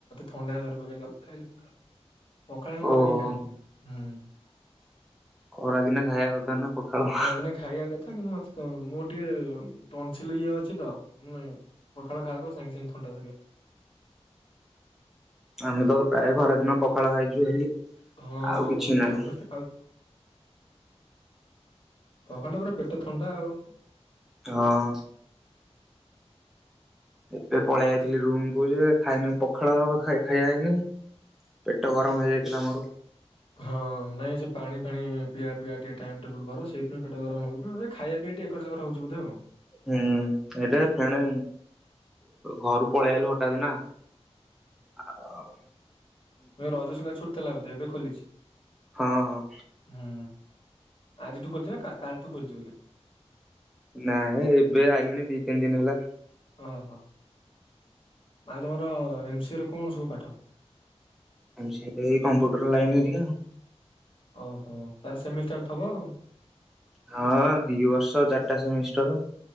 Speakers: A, on the left; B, in the centre.
A: ଥଣ୍ଡାରେ ଚା ଖାଇଲେ ପଖାଳ
B: ଓହୋ।
A: ମରିକି ଖାଆନ୍ତିନି ହୁଁ।
B: ଖରାଦିନେ ଖାଇବା କଥା ନା ପଖାଳ ହୁଁ
A: ଖରାଦିନେ ଖାଇବା କଥା କିନ୍ତୁ ମତେ ତ ମୋର ଟିକେ ତନସିଲ ଇ ଅଛି ତ। ହଁ ନାଇଁ ପଖାଳ ଖାଇବାକୁ ସାଙ୍ଗେ ସାଙ୍ଗ ଖଣ୍ଡ ଧାର
B: ଆମେ ତ ପ୍ରାୟ ଖରାଦିନ ପଖାଳ ଖାଇଛୁ ହେଲି
A: ହଁ
B: ଆଉ କିଛି ନହିଁ।
A: ସମସ୍ତେ ସଖଣ୍ଡ ପୁରା ପେଟ ଥଣ୍ଡା ଆଉ
B: ହଁ ଏବେ ପଳେଇ ଯାଇଥିଲି ରୁମ ଖାଇନି ପଖାଳ ଖାଇଆାଇନି ପେଟ ଗରମ ହେଇଯାଇଥିଲା ଆମର
A: ହଁ ନାଇଁ ସେ ପାଣି ଫାଣି ପିଇବା ପିଆ ଟିକେ ଟାଇମ ଟେବୁଲ କର ସେଇଥିପାଇଁ ପେଟ ଗରମ ହଉଛି ଖାଇବା ପିଇ ଟିକେ ଏକରକର ହଉଛି ବୁଧେଇ ହଉ
B: ହୁଁ ଏଟା ଫେଣ ଘରୁ ପଳେଇ ଆଲୁ ହଠାତ୍ ନା ହଉ।
A: ଏଇ ରଜସା ଛୁଟ ଥିଲା ବୋଧେ ଏବେ ଖୋଲିଛି।
B: ହଁ ହଁ।
A: ହୁଁ ଆଜିଠୁ ଖୋଲଛି ନା କା ଟୁ ଖୋଲିଛି ବୋଲି
B: ନାଇଁ ଏବେ ଆଇିଲଣି ଦି ତିନି ଦିନ ହେଲା।
A: ଓହୋ ଆଉ ତମର ଏମସିରେ କଣ ସବୁ ପାଠ।
B: ସେ କମ୍ପ୍ୟୁଟର ଲାଇନ ହେ ଟିକା
A: ଓହୋ ତାର ସେମିଷ୍ଟାର ଥବ ଆଉ
B: ହଁ ଦି ବର୍ଷ ଚାରିଟା ସେମିଷ୍ଟର